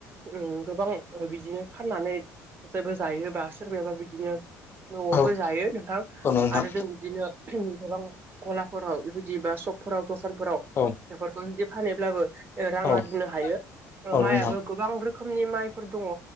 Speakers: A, on the right; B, on the left.
A: ओम गोबां बिदिनो फाननानै जोंबो जायो सोरबाया जाय बिदिनो न'वावबो
B: आरो
A: जायो नोंथां
B: नोंथां
A: आरो जों बिदिनो गोबां गलाफोराव जुदि बा सक फोराव दखानफोराव
B: औ
A: बेफोरखौ जुदि फानहब्लाबो रां
B: औ नंगौ
A: आरजिनो हायो
B: नोंथां
A: माइयाबो गोबां रोखोमनि माइफोर दङ